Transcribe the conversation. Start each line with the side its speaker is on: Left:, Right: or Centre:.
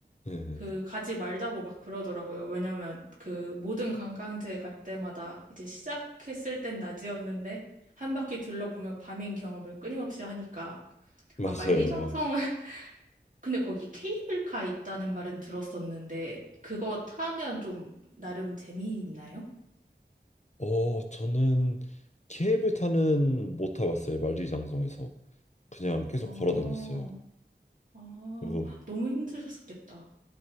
Left: 예, 예.
Right: 그 가지 말자고 막 그러더라고요. 왜냐면 그 모든 관광지에 갈 때마다 이제 시작했을 땐 낮이었는데 한 바퀴 둘러보면 밤인 경험을 끊임없이 하니까
Left: 맞아요.
Right: 아 만리장성은 <laughs> 근데 거기 케이블카 있다는 말은 들었었는데 그거 타면 좀 나름 재미있나요?
Left: 어, 저는 케이블 타는 못 타봤어요. 만리장성에서 그냥 계속
Right: 아,
Left: 걸어 다녔어요.
Right: 아,
Left: 그리고
Right: 너무 힘드셨겠다.